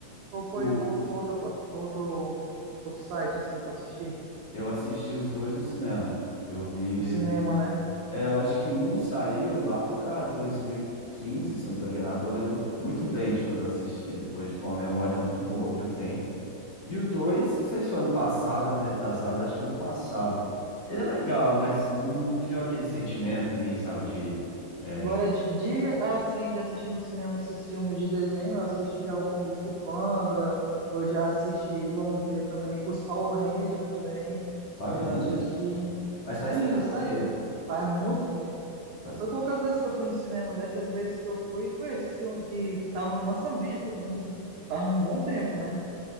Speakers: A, on the right; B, on the left.
A: Ou foi
B: O,
A: no outra, plat- outro, outro site, assim, pra assistir?
B: eu assisti os dois no cinema. Eu vi.
A: No cinema, né?
B: É, eu acho que um saiu lá pra 2015, se eu não tô enganado. Eu lembro muito bem de quando eu assisti. Foi, tipo, uma memória muito boa que eu tenho. E o 2 não sei se foi ano passado, ano retrasado, acho que foi ano passado. Ele é legal, mas não, não criou aquele sentimento em mim, sabe, de é,
A: Agora, de, de, assim, de assistir no cinema esses filmes de desenho, eu assisti já o Kung Fu Panda, eu já assisti, vamos ver também, os Power Rangers também,
B: Power
A: eu já
B: Ranger.
A: assisti.
B: Mas faz
A: Sim,
B: tempo
A: já saiu,
B: porque
A: faz muito tempo.
B: faz.
A: Foi poucas vezes que eu fui no cinema, dessas vezes que eu fui, foi esses que que que estavam em lançamento ainda, faz um bom tempo, né?